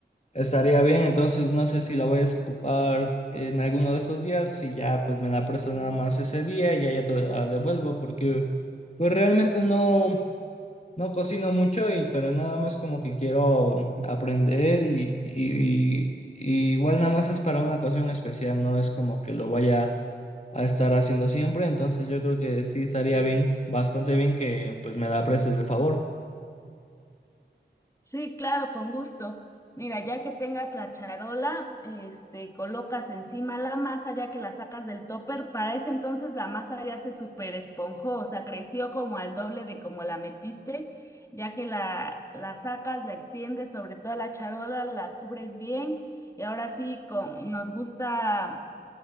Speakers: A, on the left; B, on the left.
A: estaría bien. Entonces no sé si la voy a ocupar en alguno de estos días, si ya pues me la presto nada más ese día y ya, ya te la devuelvo, porque pues realmente no. No cocino mucho, y, pero nada más como que quiero aprender y, y- y- y igual nada más es para una ocasión especial, no es como que lo vaya a estar haciendo siempre, entonces yo creo que sí estaría bien, bastante bien que pues me la prestes de favor.
B: Sí, claro, con gusto. Mira, ya que tengas la charola, este, colocas encima la masa ya que la sacas del topper. Para ese entonces la masa ya se super esponjó, o sea, creció como al doble de como la metiste. Ya que la, la sacas, la extiendes sobre toda la charola, la cubres bien. Y ahora sí, con, nos gusta,